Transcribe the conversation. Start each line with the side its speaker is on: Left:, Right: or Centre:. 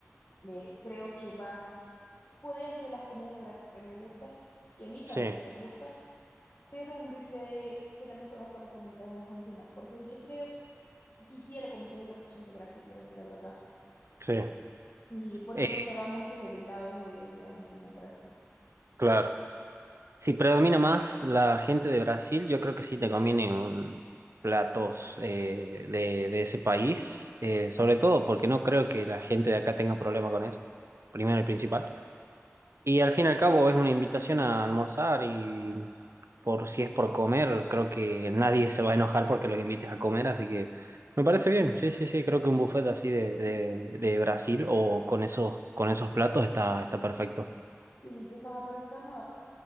Left: eh, creo que vas, puede hacer las comidas de Brasil que me gusta, que a mi familia
Right: sí,
Left: me gusta, pero un buffet de- que también conozca las comidas de Argentina, porque yo creo que quiero como 70% Brasil, Brasil, la verdad.
Right: sí.
Left: ¿Y por
Right: Eh,
Left: qué no será muchos invitados de Argentina para sí?
Right: claro. Si predomina más la gente de Brasil, yo creo que sí te conviene un platos eh, de, de ese país, eh, sobre todo porque no creo que la gente de acá tenga problema con eso, primero y principal. Y al fin y al cabo es una invitación a almorzar y por si es por comer, creo que nadie se va a enojar porque los invites a comer, así que me parece bien, sí, sí, sí, creo que un buffet así de, de, de Brasil o con esos, con esos platos está, está perfecto.
Left: Sí, yo estaba pensando,